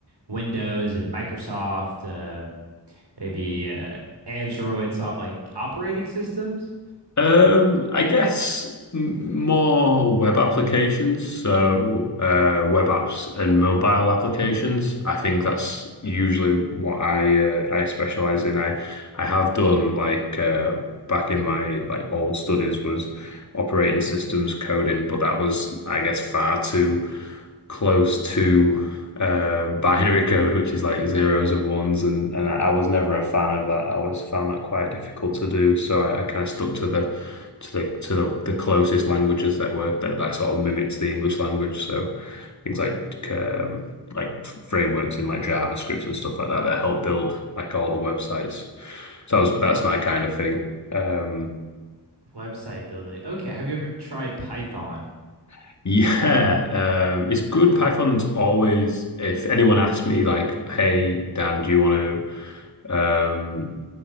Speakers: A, on the right (about 70°); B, on the left (about 40°).
A: Windows and Microsoft, uh, maybe uh, Android, so like operating systems,
B: Um, I guess m- more web applications, so uh, web apps and mobile applications. I think that's usually what I uh, I specialize in. I I have done like uh, back in my like old studies was operating systems coding, but that was I guess far too close to um, binary code, which is like zeros and ones, and and I, was never a fan of that. I always found that quite difficult to do, so I, I kind of stuck to the to the to the, the closest languages that were that that sort of mimics the English language. So things like um, like frameworks in like JavaScript and stuff like that that help build like all the websites. So that was, that's my kind of thing. Um,
A: website building. Okay. Have you ever tried Python?
B: <laughs> yeah, um, it's good. Python's always, if anyone asks me, like, hey, Dan, do you want to Um,